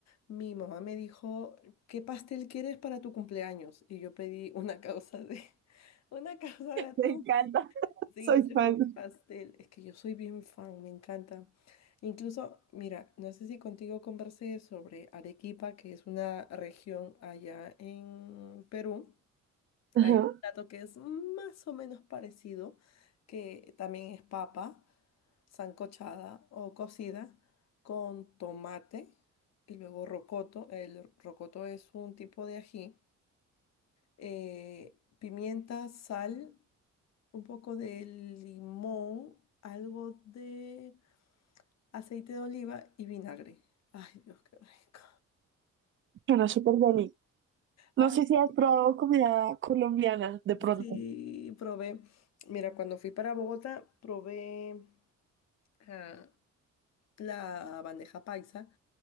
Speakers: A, on the left; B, on the right.
A: mi mamá me dijo, ¿qué pastel quieres para tu cumpleaños? Y yo pedí una causa de, <laughs> una causa
B: <laughs>
A: de atún.
B: Me encanta,
A: Sí,
B: soy
A: ese
B: fan.
A: fue mi pastel. Es que yo soy bien fan, me encanta. Incluso, mira, no sé si contigo conversé sobre Arequipa, que es una región allá en Perú.
B: Ajá,
A: Hay un plato que es más o menos parecido, que también es papa sancochada o cocida con tomate y luego rocoto. El rocoto es un tipo de ají, eh, pimienta, sal, un poco de limón, algo de aceite de oliva y vinagre. Ay, Dios, qué rico.
B: suena súper bien. No
A: Ay,
B: sé si has probado comida colombiana de pronto.
A: sí, probé. Mira, cuando fui para Bogotá, probé ah, la bandeja paisa